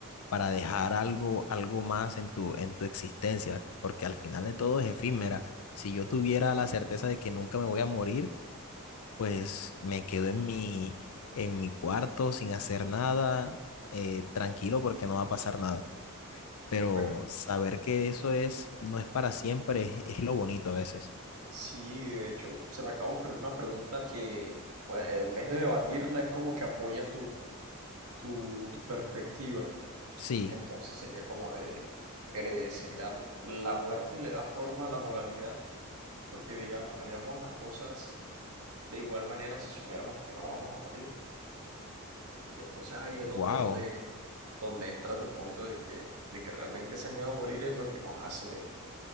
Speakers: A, on the left (about 70°); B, on the right (about 85°).
A: para dejar algo, algo más en tu, en tu existencia, porque al final de todo es efímera. Si yo tuviera la certeza de que nunca me voy a morir, pues me quedo en mi, en mi cuarto sin hacer nada, eh, tranquilo porque no va a pasar nada. Pero
B: Bueno,
A: saber que eso es, no es para siempre, es, es lo bonito a veces.
B: sí, de hecho, se me acaba de ocurrir una pregunta que, pues, en vez de debatirla, es como que apoya tu, tu, tu perspectiva.
A: Sí,
B: Entonces sería como de, cre- sería la muerte y le da forma a la moralidad, porque digamos, haríamos las cosas de igual manera si supiéramos que no vamos a morir. Y entonces ahí es don-
A: wow,
B: donde, donde entra tu punto de que, de que realmente ese miedo a morir es lo que nos hace,